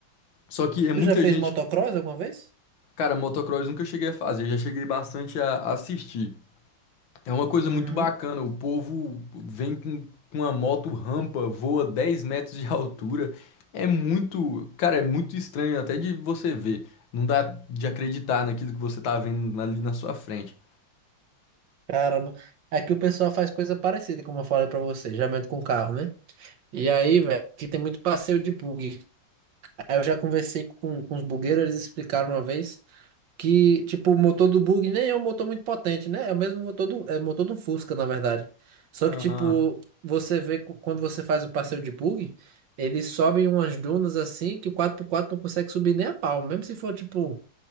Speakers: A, on the left; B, on the right.
A: Só que é muita
B: Tu já fez
A: gente,
B: motocross alguma vez?
A: cara, motocross nunca cheguei a fazer, já cheguei bastante a a assistir. É uma coisa
B: Uhum.
A: muito bacana. O povo vem com, com a moto rampa, voa 10 metros de altura. É muito, cara, é muito estranho até de você ver. Não dá de acreditar naquilo que você tá vendo ali na sua frente.
B: Caramba. Aqui o pessoal faz coisa parecida, como eu falei pra você, geralmente com carro, né? E aí, velho, aqui tem muito passeio de bug. Aí eu já conversei com, com os bugueiros, eles explicaram uma vez que, tipo, o motor do bug nem é um motor muito potente, né? É o mesmo motor do, é motor do Fusca, na verdade. Só
A: Ah,
B: que, tipo, você vê cu- quando você faz o passeio de bug, eles sobem umas dunas assim que o quatro por quatro não consegue subir nem a pau. Mesmo se for, tipo,